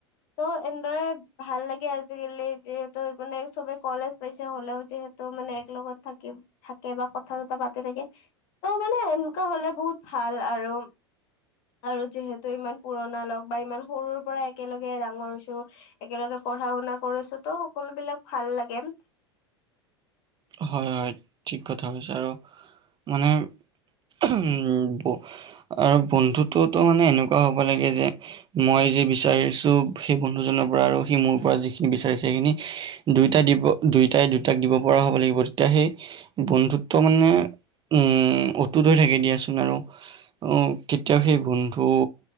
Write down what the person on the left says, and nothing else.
ত' এনেদৰে ভাল লাগে আজিকালি যিহেতু মানে চবে কলেজ পাইছে হ'লেও যিহেতু ত'মানে এক লগত থাকি থাকে বা কথা চথা পাতে থাকে ত' মানে এনকা হ'লে বহুত ভাল আৰু। আৰু যিহেতু ইমান পুৰণা লগ বা ইমান সৰুৰ পৰা একেলগে ডাঙৰ হৈছো একেলগে পঢ়া -শুনা কৰিছোঁ ত' সকলো বিলাক ভাল লাগে।